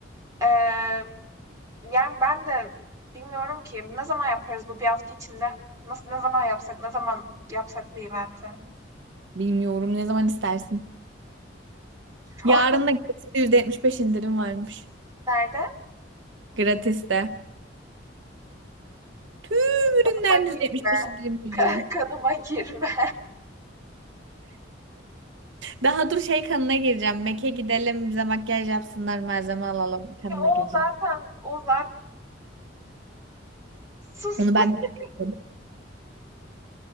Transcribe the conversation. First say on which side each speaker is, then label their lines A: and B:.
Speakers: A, on the right; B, on the right.
A: Ee, yani ben de bilmiyorum ki ne zaman yaparız bu bir hafta içinde? Nasıl ne zaman yapsak ne zaman yapsak bu eventi?
B: Bilmiyorum ne zaman istersin.
A: <laughs>
B: Yarın da gratis %75 indirim varmış.
A: Nerede?
B: Gratis de. Tüm ürünler
A: Kadıma
B: %75
A: girme.
B: indirim geliyor.
A: <laughs> Kadıma girme.
B: Daha dur şey kanına gireceğim. Mac'e gidelim bize makyaj yapsınlar malzeme alalım kanına
A: O
B: gireceğim.
A: zaten o zaten sus.
B: Onu ben
A: <laughs>
B: de yapıyorum.